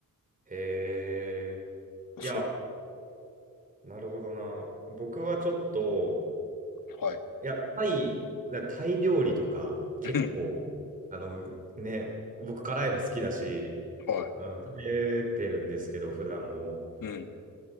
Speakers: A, on the right; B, on the left.
A: へー。いや、
B: そ
A: なるほどな。僕はちょっと、
B: う、はい。
A: いや、タイ、だタイ料理とか、結構、
B: うん、
A: あの、ね、僕辛いの好きだし、
B: はい。
A: あの、食べてるんですけど、普段も。うん
B: うん。